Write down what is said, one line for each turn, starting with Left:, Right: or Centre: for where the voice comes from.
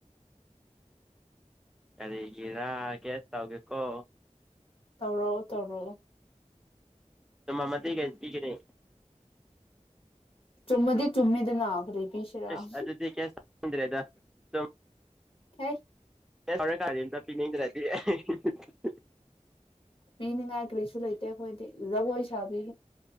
Centre: ꯀꯔꯤꯒꯤꯔꯥ ꯀꯦꯁ ꯇꯧꯒꯦꯀꯣ
Left: ꯇꯧꯔꯣ ꯇꯧꯔꯣ
Centre: ꯁꯃ ꯃꯗꯤꯒ ꯏꯒꯅꯤꯦ
Left: ꯆꯨꯝꯃꯗꯤ ꯆꯨꯝꯃꯤꯗ ꯅ ꯐꯔꯤ ꯄꯤꯁ꯭ꯔꯥꯝ
Centre: ꯑꯁ <unintelligible>
Left: ꯈꯔ
Centre: ꯀꯔ ꯀꯥꯗꯗ ꯄꯤꯅꯤꯡꯗ꯭ꯔꯗꯤ <unintelligible>
Left: ꯄꯤꯅꯤꯡꯉꯥꯏ ꯀꯔꯤꯁꯨ ꯂꯩꯇꯦ ꯑꯩꯈꯣꯏꯗꯤ ꯖꯒꯣꯏ ꯁꯥꯕꯤ